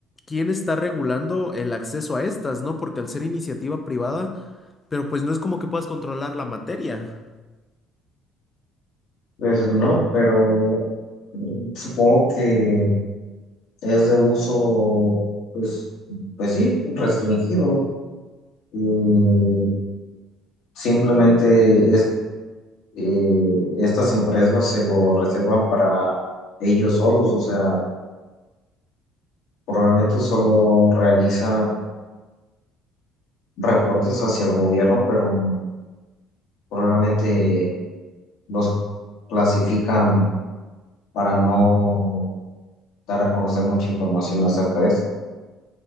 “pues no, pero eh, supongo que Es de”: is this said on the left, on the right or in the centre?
Left